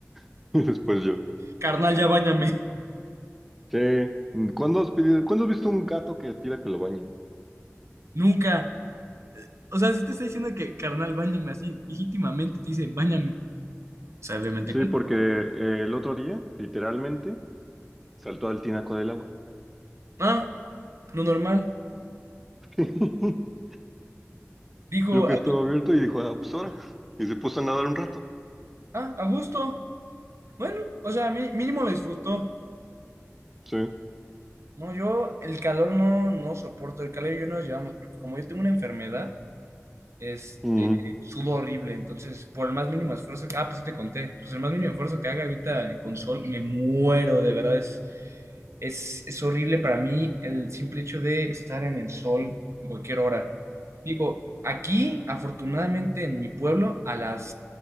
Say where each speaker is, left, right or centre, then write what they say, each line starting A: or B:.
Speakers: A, in the centre; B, on the right.
A: <laughs> y después yo.
B: Carnal, ya báñame.
A: Sí. ¿Cuándo has pedido, cuándo has visto un gato que pida que lo bañe?
B: <laughs> Nunca. O sea, si te está diciendo que, carnal, báñame así, legítimamente te dice, báñame. O sea, obviamente
A: Sí,
B: compadre.
A: porque eh, el otro día, literalmente, saltó al tinaco del agua.
B: Ah, lo normal.
A: <laughs>
B: Dijo,
A: Yo que
B: ah,
A: estaba abierto y dijo, ah, pues ahora. Y se puso a nadar un rato.
B: ah, a gusto. Bueno, o sea, mí- mínimo lo disfrutó.
A: Sí.
B: No, yo el calor no, no soporto. El calor y yo no nos llevamos porque como yo tengo una enfermedad, este,
A: Mm,
B: subo horrible. Entonces, por el más mínimo esfuerzo que, ah, pues sí te conté, pues el más mínimo esfuerzo que haga ahorita en console, me muero, de verdad, es, es, es horrible para mí el simple hecho de estar en el sol en cualquier hora. Digo, aquí, afortunadamente, en mi pueblo, a las